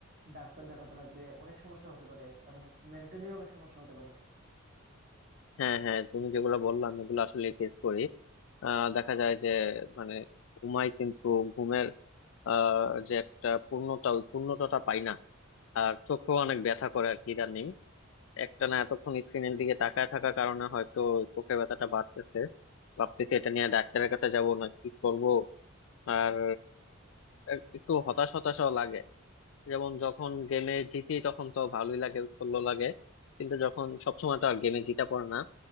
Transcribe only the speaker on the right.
ডাক্তার দেখাতে লাগবে অনেক সমস্যা হতে পারে এবং মেন্টালি অনেক সমস্যা হতে পারে